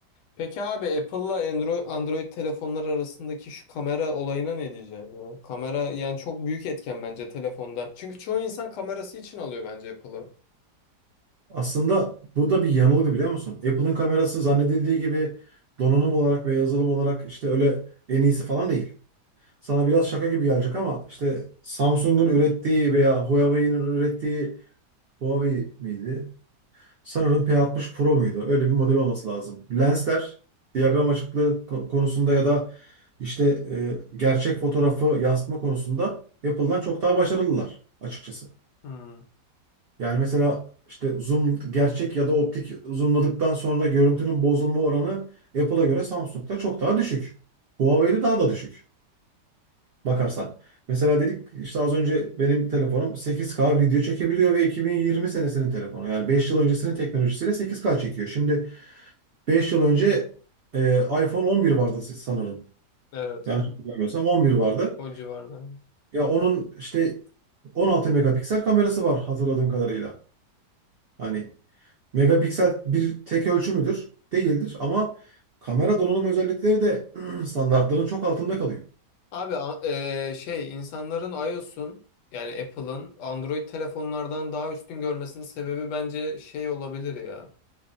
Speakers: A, on the left; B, on the right.
A: Peki abi Apple'la Android, Android telefonlar arasındaki şu kamera olayına ne diyeceksin ya? Kamera yani çok büyük etken bence telefonda. Çünkü çoğu insan kamerası için alıyor bence Apple'ı.
B: Aslında bu da bir yanılgı biliyor musun? Apple'ın kamerası zannedildiği gibi donanım olarak ve yazılım olarak işte öyle en iyisi falan değil. Sana biraz şaka gibi gelecek ama işte Samsung'un ürettiği veya Huawei'nin ürettiği Huawei miydi? Sanırım P60 Pro muydu? Öyle bir model olması lazım. Lensler diyagram açıklığı ko- konusunda ya da işte e, gerçek fotoğrafı yansıtma konusunda Apple'dan çok daha başarılılar açıkçası.
A: Hmm.
B: Yani mesela işte zoom gerçek ya da optik zoomladıktan sonra görüntünün bozulma oranı Apple'a göre Samsung'da çok daha düşük. Huawei'de daha da düşük bakarsan. Mesela dedik işte az önce benim telefonum 8K video çekebiliyor ve 2020 senesinin telefonu. Yani 5 yıl öncesinin teknolojisiyle 8K çekiyor. Şimdi Beş yıl önce e, iPhone 11 vardı si-, sanırım.
A: Evet.
B: Yanlış hatırlamıyorsam 11 vardı.
A: O civarda.
B: Ya onun işte 16 megapiksel kamerası var hatırladığım kadarıyla. Hani megapiksel bir tek ölçü müdür? Değildir ama kamera donanım özellikleri de <clears throat> standartların çok altında kalıyor.
A: Abi a- eee, şey insanların iOS'un yani Apple'ın Android telefonlardan daha üstün görmesinin sebebi bence şey olabilir ya.